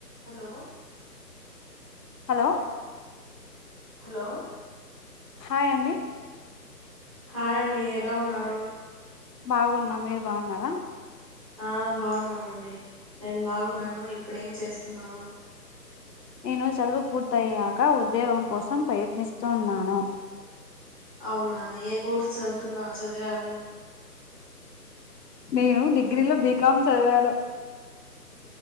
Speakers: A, on the right; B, on the left.
A: Hello
B: hello
A: hello
B: hi అండి
A: hi అండి ఎలా ఉన్నారు?
B: బాగున్న. మీరు బాగున్నారా?
A: ఆ బాగున్నామండి. నేను బాగున్నాను. ఇప్పుడేం చేస్తున్నావు?
B: నేను చదువు పూర్తయ్యాక ఉద్యోగం కోసం ప్రయత్నిస్తు ఉన్నాను.
A: అవునా ఏ కోర్స్ చదువుతున్నా చదివావు?
B: నేను డిగ్రీలో బీకామ్ చదివాను.